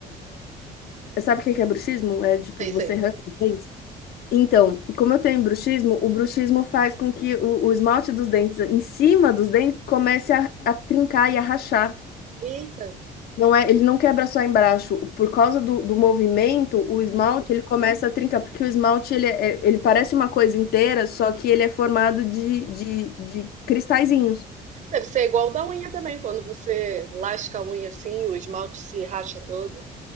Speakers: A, on the left; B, on the right.
A: sabe o que que é bruxismo? É tipo,
B: Sei,
A: você
B: sei.
A: arranca os dentes. Então, como eu tenho bruxismo, o bruxismo faz com que o, o esmalte dos dentes, em cima dos dentes, comece a, a trincar e a rachar.
B: Eita.
A: Não é, ele não quebra só embaixo. Por causa do, do movimento,
B: Uhum.
A: o esmalte ele começa a trincar, porque o esmalte ele, é- ele parece uma coisa inteira, só que ele é formado de, de, de cristalzinhos.
B: Deve ser igual o da unha também, quando você lasca a unha assim, o esmalte se racha todo.